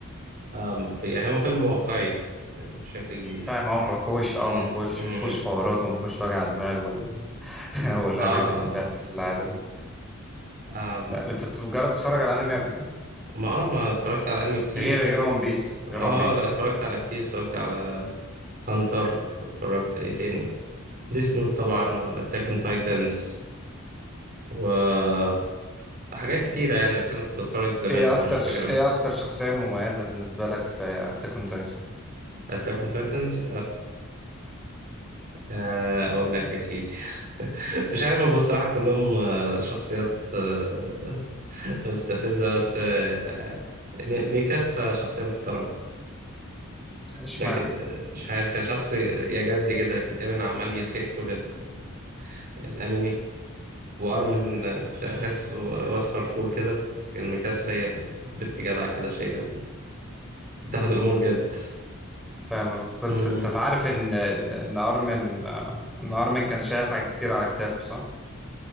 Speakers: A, on the right; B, in the centre.
A: آم، في يعني
B: فاهم
A: هو فيلم واقعي بشكل كبير
B: فاهم، اه ما فيهوش
A: مم،
B: اه ما فيهوش
A: مم.
B: ما فيهوش حوارات وما فيهوش وجع دماغ ولا <laughs> والهري
A: اه
B: اللي كان بيحصل في العاده ده
A: اه آم،
B: فاهم، انت ت- جربت تتفرج على انمي قبل كده
A: ما اه ما اتفرجت على انمي كتير
B: غير غير ون بيس
A: اه
B: غير ون بيس
A: آه، لا اتفرجت على كتير اتفرجت على هانتر اتفرجت ايه تاني ديس نوت طبعا واتاك اون تايتنز وحاجات كتيرة يعني بس انا كنت بتفرج زمان
B: ايه
A: فمش
B: اكتر
A: فاكر
B: ش...
A: اوي
B: ايه اكتر شخصيه مميزه بالنسبه لك في اتاك اون تايتن
A: اتاك اون تايتنز اقول لك يا سيدي <laughs> مش عارف هو بصراحة كلهم آه، شخصيات آه، مستفزة بس آه، مي- ميكاسا شخصية محترمة
B: اشمعنى
A: لكن آه، مش عارف يعني شخص يا جد كده لكن ايرين عمال يصيح طول ال- الأنمي وأرمن آه، تحسه واد فرفور كده لكن ميكاسا هي البت جدعة كده شايلة بتاخد الأمور جد
B: فاهم قصدك بس
A: مم.
B: انت عارف ان ان إن ارمن آه، ان ارمن كان شايل حاجات كتير على كتافه صح